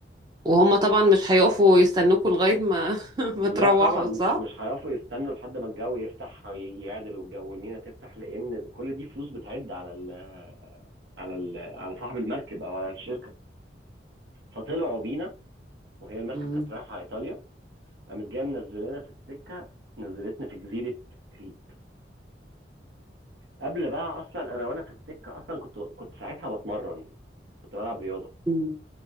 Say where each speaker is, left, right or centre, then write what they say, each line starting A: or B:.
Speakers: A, on the right; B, on the right.
A: وهُم طبعًا مش هيقفوا يستنوكوا لغاية ما <laughs> ما
B: لا
A: تروّحوا
B: طبعا
A: صح؟
B: مش هيعرفوا يستنوا لحد ما الجو يفتح ي- يعدل والجو والمينا تفتح لان كل دي فلوس بتعد على ال على ال على صاحب المركب او على الشركه فطلعوا بينا وهي المركب
A: إمم.
B: كانت رايحه ايطاليا قامت جايه منزلانا في السكه نزلتنا في جزيره كريت قبل بقى اصلا انا وانا في السكه اصلا كنت كنت ساعتها بتمرن كنت بلعب رياضه
A: إمم.